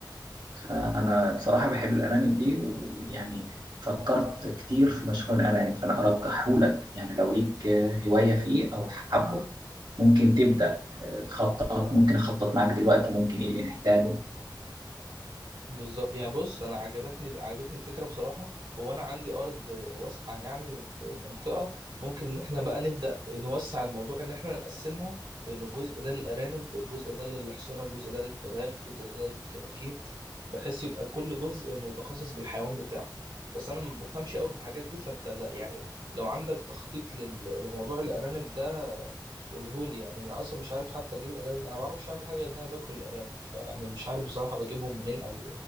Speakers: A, on the right (about 65°); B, on the right (about 85°).
A: فأنا بصراحة بحب الأرانب دي ويعني فكرت كتير في مشروع الأرانب فأنا أرجحهولك يعني لو ليك آه، هواية فيه أو حبه ممكن تبدأ آه، تخطط ممكن أخطط معاك دلوقتي ممكن إيه اللي نحتاجه
B: بالظبط يعني بص انا عجبتني عجبتني الفكره بصراحه هو انا عندي ارض واسعه يعني في منطقه ممكن ان احنا بقى نبدا نوسع الموضوع ان احنا نقسمها ان الجزء ده للارانب الجزء ده للحصنه الجزء ده للفراخ الجزء ده للكتاكيت بحيث يبقى كل جزء متخصص بالحيوان بتاعه بس انا ما بفهمش قوي في الحاجات دي فانت لا يعني لو عندك تخطيط لل- لموضوع الارانب ده قولهولي يعني انا اصلا مش عارف حتى اجيب الارانب انا ما بعرفش اعمل حاجه غير ان انا باكل الارانب فيعني مش عارف بصراحه بجيبهم منين او